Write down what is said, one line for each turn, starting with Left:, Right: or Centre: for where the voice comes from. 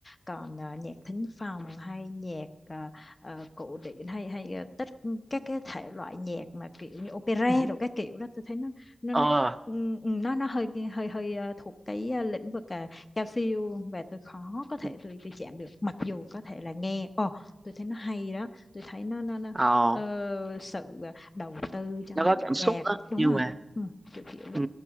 Left: còn à, nhạc thính phòng hay nhạc à, à, cổ điển hay hay à, tất các cái thể loại nhạc mà kiểu như opera
Right: <laughs>
Left: rồi các kiểu đó tôi thấy nó nó
Right: ờ
Left: nó Ừ, ừ, nó nó hơi hơi hơi ờ, thuộc cái ờ, lĩnh vực ờ, cao siêu và tôi khó có thể
Right: ừ.
Left: tôi tôi chạm được mặc dù có thể là nghe ồ tôi thấy nó hay đó tôi thấy nó nó, nó
Right: ờ
Left: ờ, sự ờ, đầu tư trong
Right: nó có
Left: dàn
Right: cảm xúc
Left: nhạc
Right: đó
Left: đúng
Right: nhưng
Left: rồi
Right: mà
Left: ừ, kiểu kiểu vậy
Right: ừ.